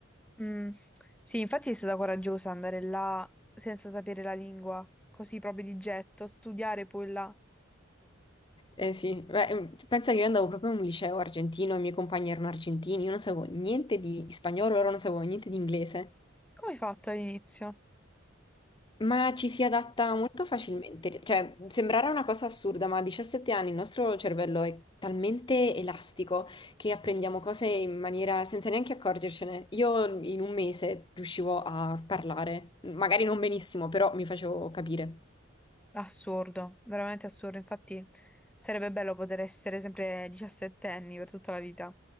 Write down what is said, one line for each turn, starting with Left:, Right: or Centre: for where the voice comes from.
Centre: mm. Sì, infatti è stata coraggiosa andare là senza sapere la lingua, così proprio di getto, studiare poi là.
Left: Eh sì, beh, mm, pensa che io andavo proprio in un liceo argentino, i miei compagni erano argentini, io non sapevo niente di spagnolo, loro non sapevano niente di inglese,
Centre: Come hai fatto all'inizio?
Left: ma ci si adatta molto facilmente, cioè sembrerà una cosa assurda, ma a 17 anni il nostro cervello è talmente elastico che apprendiamo cose in maniera senza neanche accorgercene. Io in un mese riuscivo a parlare, magari non benissimo, però mi facevo capire.
Centre: Assurdo, veramente assurdo. Infatti sarebbe bello poter essere sempre diciassettenni per tutta la vita.